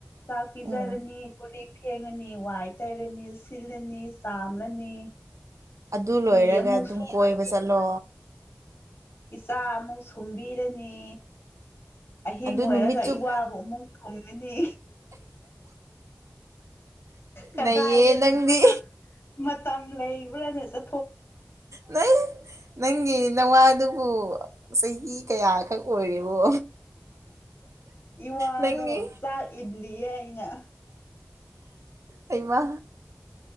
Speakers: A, on the left; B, on the right.
A: ꯆꯥꯛ ꯄꯤꯖꯔꯅꯤ
B: ꯎꯝ
A: ꯀꯨꯂꯤ ꯐꯦꯡꯉꯅꯤ ꯋꯥꯏ ꯇꯩꯔꯅꯤ ꯁꯤꯜꯂꯅꯤ ꯆꯥꯝꯂꯅꯤ
B: ꯑꯗꯨ ꯂꯣꯏꯔꯒ
A: ꯐꯤ ꯑꯃꯨꯛ
B: ꯑꯗꯨꯝ
A: ꯁꯨꯔꯅꯤ
B: ꯀꯣꯏꯕ ꯆꯠꯂꯣ
A: ꯏꯆꯥ ꯑꯃꯨꯛ ꯁꯨꯝꯕꯤꯔꯅꯤ ꯑꯍꯤꯡ
B: ꯑꯗꯨ
A: ꯑꯣꯏꯔꯒ
B: ꯅꯨꯃꯤꯠ ꯆꯨꯞ
A: ꯏ ꯋꯥꯕꯨ ꯑꯃꯨꯛ ꯊꯣꯡꯒꯅꯤ ꯀꯗꯥꯏꯗ
B: ꯅꯩꯌꯦ ꯅꯪꯗꯤ
A: ꯃꯇꯝ ꯃꯇꯝ ꯂꯩꯕ꯭ꯔꯅꯦ ꯆ
B: ꯅꯪ ꯅꯪꯒꯤ ꯅꯋꯥꯗꯨꯕꯨ ꯆꯍꯤ ꯀꯌꯥꯈꯛ ꯑꯣꯏꯔꯤꯕꯣ
A: ꯏꯋꯥꯗꯣ
B: ꯅꯪꯒꯤ
A: ꯆ ꯏ ꯐꯏꯅ
B: ꯑꯩꯃ